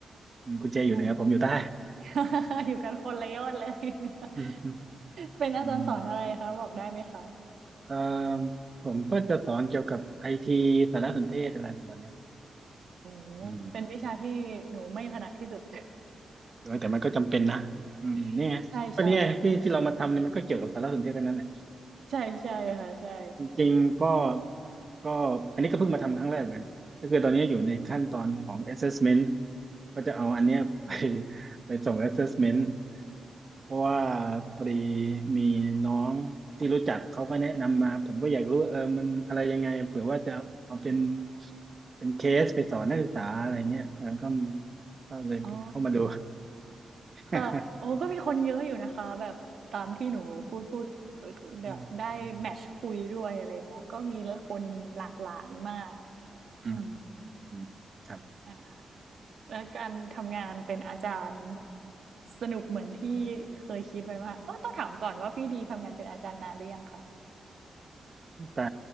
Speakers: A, on the right (about 30°); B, on the right (about 60°).
A: อืมคุณเจอยู่เหนือผมอยู่ใต้
B: ยู่ทาง <laughs> อยู่กันคนละยอดเลย <laughs>
A: อืมอืม
B: เป็นอาจารย์สอนอะไรคะบอกได้ไหมคะ
A: อืมเอ่อผมก็จะสอนเกี่ยวกับไอทีสารสนเทศอะไรประมาณเนี้ย
B: โอ้โหเป็นวิชาที่หนูไม่ถนัดที่สุด
A: อืมเออแต่มันก็จำเป็นนะอืมเนี่ยก็เนี่ยที่ที่เรามาทำเนี่ยมันก็เกี่ยวกับสารสนเทศทั้งนั้นแหละ
B: <laughs> ใช่ใช่ใช่ใช่ค่ะใช่
A: จริงๆก็ก็อันนี้ก็เพิ่งมาทำครั้งแรกเหมือนกันก็คือตอนนี้อยู่ในขั้นตอนของ assessment ก็จะเอาอันเนี้ยไปไปส่ง assessment เพราะว่าพอดีมีน้องที่รู้จักเขาก็แนะนำมาผมก็อยากรู้เออมันอะไรยังไงเผื่อว่าจะเอาเป็นเป็นเคสไปสอนนักศึกษาอะไรเงี้ยเออก็ก็เลยเข้ามาดู
B: อ๋อค่ะโอ้ก็มีคนเยอะอยู่นะคะแบบตามที่หนูพูดพูด
A: <laughs>
B: แบบได้แมทช์คุยด้วยอะไรเงี้ยก็มีคนหลากหลายมาก
A: อืมอืมอืมอืมอืมครับ
B: อืมใช่ค่ะ และการทำงานเป็นอาจารย์สนุกเหมือนที่เคยคิดไว้ว่าเออต้องถามก่อนว่าพี่ดีทำงานเป็นอาจารย์นานหรือยังค่ะ
A: ตั้งแต่